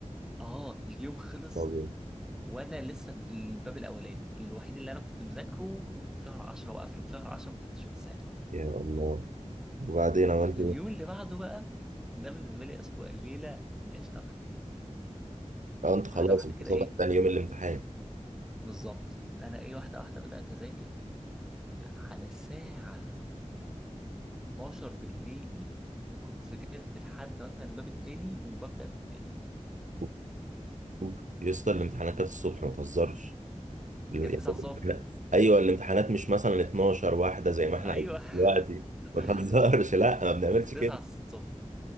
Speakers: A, in the centre; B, on the right.
A: اه اليوم خلص
B: طب
A: وانا لسه في الباب الاولاني الوحيد اللي انا كنت مذاكره في شهر 10 وقافله في شهر 10 ما فتحتوش من ساعتها
B: يا الله وبعدين عملت
A: فاليوم
B: ايه؟
A: اللي بعده بقى ده بالنسبه لي اسوأ ليله عشتها في حياتي
B: اه انت خلاص
A: واحده واحده
B: انت
A: كده
B: صبح
A: ايه
B: تاني يوم الامتحان
A: بالظبط انا ايه واحده واحده بدات اذاكر على الساعه 12 بالليل كنت ذاكرت لحد مثلا الباب التاني وببدأ في التالت
B: أوف، أوف. يا اسطى الامتحانات كانت الصبح ما تهزرش الم-
A: كانت
B: يعني
A: 9
B: الامتحانات-
A: الصبح
B: ايوه الامتحانات مش مثلا 12 واحده زي ما احنا
A: ايوه
B: عايزين دلوقتي
A: <laughs>
B: ما تهزرش لا ما بنعملش
A: 9
B: كده
A: الصبح